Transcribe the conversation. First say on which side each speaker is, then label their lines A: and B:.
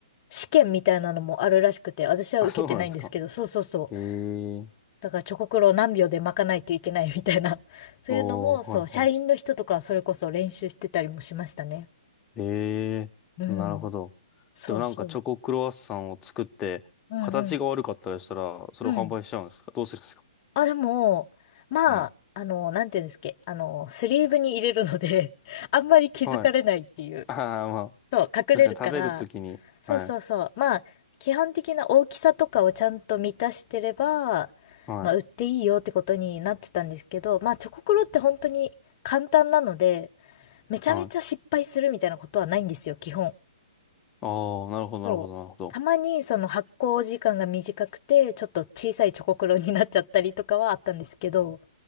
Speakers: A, on the left; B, on the left.
A: 試験みたいなのもあるらしくて、私は受けてないんですけど、
B: あ、そうなんですか。
A: そうそうそう。
B: ええ。
A: だからチョコクロを何秒で巻かないといけないみたいな。<laughs> そういうのも、
B: おー、
A: そう、
B: はいは
A: 社員の人とかはそれこそ練習してたりもしましたね。
B: い。ええ。
A: うん。
B: なるほど。
A: そうそう。
B: でもなんかチョコクロワッサンを作って、
A: うんうん。
B: 形が悪かったりしたら、それを販売しちゃうんですかどうするんですか
A: うん。あ、でも、まあ、
B: はい。
A: あの、なんていうんですっけ、あの、スリーブに入れるので <laughs> あんまり気づかれないっていう。
B: はい。<laughs> ああ、まあ、
A: そう、隠れるから、
B: 確かに食べるときに、
A: そうそうそう。
B: はい。
A: まあ、基本的な大きさとかをちゃんと満たしてれば、
B: はい。
A: まあ、売っていいよってことになってたんですけど、まあ、チョコクロって本当に簡単なので、めちゃめちゃ失敗するみたいなことはないんですよ、
B: はい。
A: 基本。
B: ああ、なるほど、
A: そう。
B: なるほど、なるほど。
A: たまにその発酵時間が短くて、ちょっと小さいチョコクロになっちゃったりとかはあったんですけど、